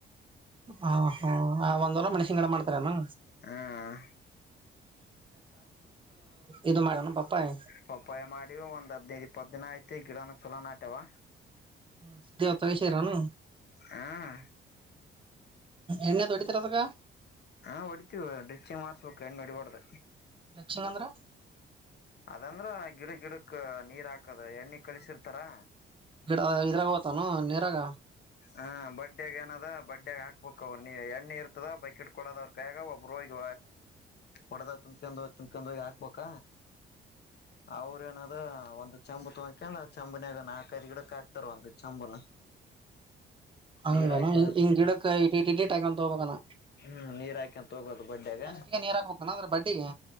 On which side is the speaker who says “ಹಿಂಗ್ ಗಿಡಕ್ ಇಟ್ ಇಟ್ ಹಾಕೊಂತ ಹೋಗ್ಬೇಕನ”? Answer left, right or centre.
Right